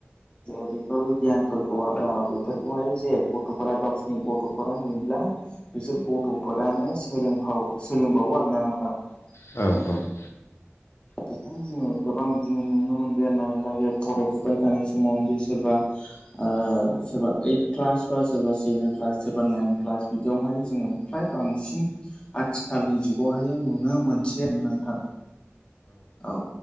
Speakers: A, on the left; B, on the left.
A: जे बेफोर गियानफोरखौहाय ओ बेफोरखौहाय‌ जे गथफोरा गावसिनि गथफोरा नुयो ब्ला बिसोर गथफोरानो सोलोंफाव सोलोंबावो आरोना नोंथां ।
B: औ औ ।
A: बेखौ जोङो गोबां बिदिनो नुनो मोनबाय आरोना दायो फरायफुबाय थानाय समाव जे सोरबा ओ सोरबा ओइथ क्लास बा सोरबा सेबेन क्लास सोरबा नाइन क्लास बिदियावहाय जोङो फ्राय बांसिन आथिखालनि जुगावहाय नुनो मोनसै आरो ना थां औ